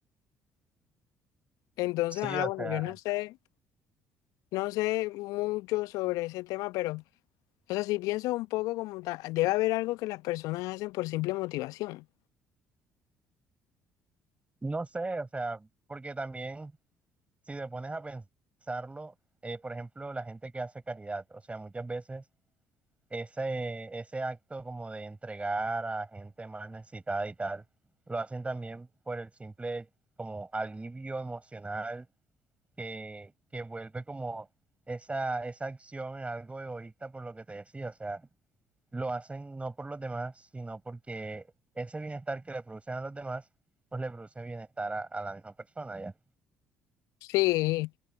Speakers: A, on the left; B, on the right.
A: Entonces,
B: Sí,
A: ah,
B: o
A: bueno,
B: sea,
A: yo no sé, no sé mucho sobre ese tema, pero, o sea, si pienso un poco como ta- debe haber algo que las personas hacen por simple motivación.
B: no sé, o sea, porque también si te pones a pensarlo, eh, por ejemplo, la gente que hace caridad, o sea, muchas veces ese, ese acto como de entregar a gente más necesitada y tal, lo hacen también por el simple como alivio emocional que, que vuelve como esa, esa acción en algo egoísta por lo que te decía, o sea, lo hacen no por los demás, sino porque ese bienestar que le producen a los demás, pues le produce bienestar a, a la misma persona, ¿ya?
A: Sí,